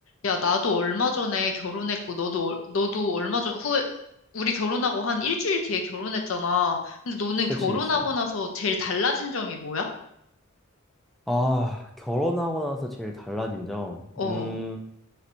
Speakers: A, on the left; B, in the centre.
A: 야, 나도 얼마 전에 결혼했고, 너도, 얼- 너도 얼마 전, 후에, 우리 결혼하고 한 일주일 뒤에 결혼했잖아. 근데 너는
B: 그치,
A: 결혼하고
B: 그치.
A: 나서 제일 달라진 점이 뭐야?
B: 아, 결혼하고 나서 제일 달라진 점.
A: 어,
B: 음,